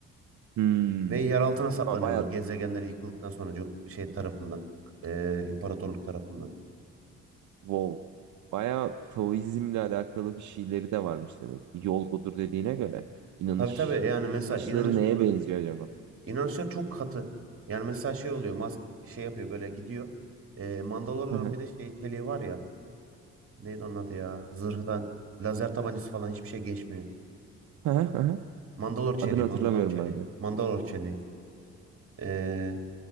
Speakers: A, on the right; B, on the right.
A: Hmm.
B: Ve yer altına saklanıyorlar
A: Ama Bayağı
B: gezegenleri yıkıldıktan sonra co- şey tarafından e, imparatorluk tarafından.
A: Wow. Bayağı Taoizmle alakalı bir şeyleri de varmış demek. ki. Yol budur dediğine göre. İnanış.
B: Tabii tabii yani mesela
A: İnanışları
B: inanış
A: neye
B: budur.
A: benziyor acaba?
B: İnanışlar çok katı. Yani mesela şey oluyor Musk şey yapıyor böyle gidiyor. Ee, Mandalorların
A: Hı hı.
B: bir de şey çeliği var ya. Neydi onun adı ya? Zırhtan lazer tabancası falan hiçbir şey geçmiyor.
A: Hı hı hı hı.
B: Mandalor çeliği,
A: Adını hatırlamıyorum
B: Mandalor çeliği,
A: ben de.
B: Mandalor çeliği. Ee,